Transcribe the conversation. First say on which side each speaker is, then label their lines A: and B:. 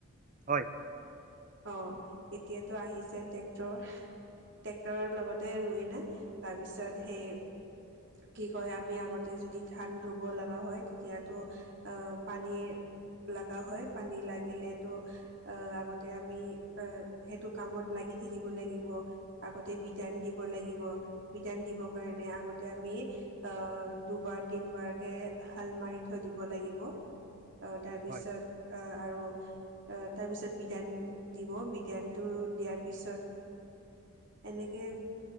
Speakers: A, on the right (about 35°); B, on the right (about 50°).
A: হয় হয়।
B: অ এতিয়াতো আহিছে ট্ৰেক্টৰ। ট্ৰেক্টৰৰ লগতে ৰুই নে তাৰপিছত সেই। কি কয় আমি আগতে যদি ধান ৰুব লগা হয় তেতিয়াতো পানীৰ। লগা হয় পানী লাগিলে তো আগতে আমি সেইটো কামত লাগ থাকিব লাগিব আগতে বিধান দিব লাগিব বিধান দিব কাৰণে আগতে। এতিয়া আমি আহ দুবাৰ তিনিবাৰকে হাল মাৰি থৈ দিব লাগিব। তাৰপিছত
A: হয়
B: আৰু। তাৰপিছত বিধান দিব বিধানটো দিয়াৰ পিছত এনেকে।